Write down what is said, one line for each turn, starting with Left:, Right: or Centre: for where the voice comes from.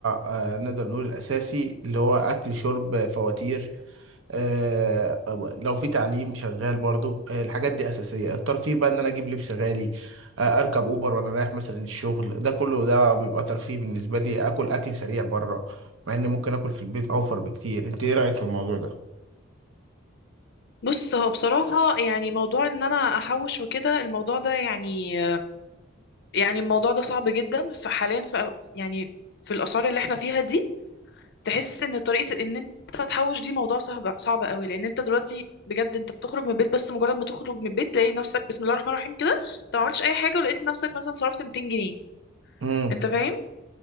Right: آه، نقدر نقول الأساسي اللي هو أكل شرب فواتير آه، لو في تعليم شغال برضو آه، الحاجات دي أساسية الترفيه بقى إن أنا أجيب لبس غالي آه، أركب أوبر وأنا رايح مثلا الشغل ده كله ده بيبقى ترفيه بالنسبة لي أكل أكل سريع بره مع إن ممكن أكل في البيت أوفر بكتير أنت إيه رأيك في الموضوع ده؟
Left: بص هو بصراحة يعني موضوع ان انا احوش وكده الموضوع ده يعني يعني الموضوع ده صعب جدا فحاليا في يعني في الاسعار اللي احنا فيها دي تحس ان طريقة ان انت تحوش دي موضوع صعب صعب قوي لان انت دلوقتي بجد انت بتخرج من البيت بس مجرد ما تخرج من البيت تلاقي نفسك بسم الله الرحمن الرحيم كده انت ما عملتش اي حاجة ولقيت نفسك مثلا صرفت 200 جنيه
Right: مم.
Left: انت فاهم